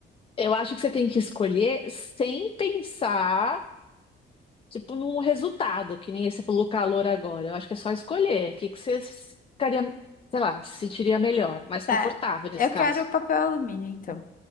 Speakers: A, on the left (about 30°); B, on the left (about 45°).
A: Eu acho que você tem que escolher sem pensar, tipo, num resultado, que nem você falou calor agora. Eu acho que é só escolher. O que que você s- ficaria, sei lá, se sentiria melhor, mais
B: Tá.
A: confortável nesse
B: Eu
A: caso.
B: quero papel alumínio, então.